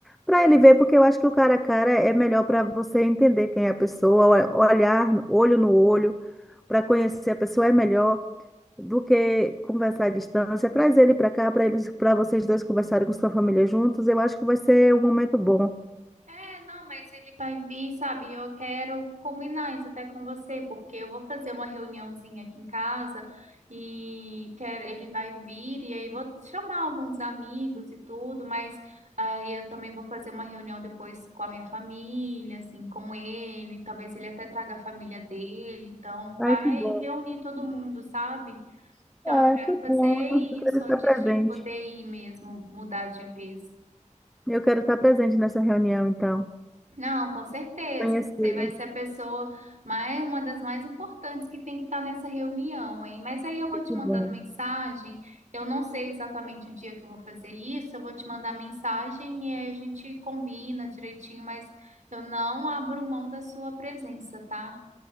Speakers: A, in the centre; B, on the right.
A: para ele ver, porque eu acho que o cara a cara é melhor para você entender quem é a pessoa, o- olhar olho no olho, para conhecer a pessoa é melhor do que conversar à distância. Traz ele para cá, para eles, para vocês dois conversarem com sua família juntos, eu acho que vai ser um momento bom.
B: É, não, mas ele vai vir, sabe? Eu quero combinar isso até com você, porque eu vou fazer uma reuniãozinha aqui em casa e quero, ele vai vir e aí vou chamar alguns amigos e tudo, mas aí eu também vou fazer uma reunião depois com a minha família, assim, com ele, talvez ele até traga a família dele, então
A: Ai,
B: vai
A: que bom.
B: reunir todo mundo, sabe? Então
A: Ah,
B: eu quero
A: que
B: fazer
A: bom. Eu
B: isso
A: quero estar
B: antes
A: presente.
B: de poder ir mesmo, mudar de vez.
A: Eu quero estar presente nessa reunião, então.
B: Não, com certeza.
A: Conhecer.
B: Você vai ser a pessoa mais, uma das mais importantes que tem que estar nessa reunião, hein? Mas aí eu vou te
A: Que
B: mandando
A: bom.
B: mensagem. Eu não sei exatamente o dia que eu vou fazer isso. Eu vou te mandar mensagem e aí a gente combina direitinho, mas eu não abro mão da sua presença, tá?